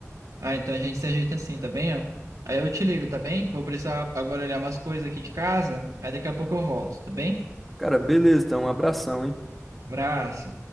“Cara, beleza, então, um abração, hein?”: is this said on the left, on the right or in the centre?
Centre